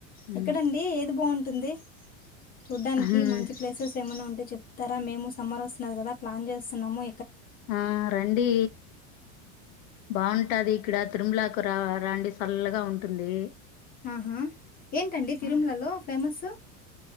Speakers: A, on the left; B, on the left.
A: ఉమ్,
B: ఎక్కడండి ఏది బావుంట్ టుంది చూడ్డానికి
A: ఉమ్,
B: మంచి ప్లేసెస్ ఏమన్నా ఉంటే చెప్తారా మేముస్ సమర్ వస్తున్నాది కదా ప్లాన్ చేస్ సున్నామో
A: ఆ రండి బాగుంటాది ఇక్కడ తిరుమలాకు రా రండి సల్లగా ఉంటుంది
B: ఆహా ఏంటండి తిరుమలలో
A: ఆ,
B: ఫేమసు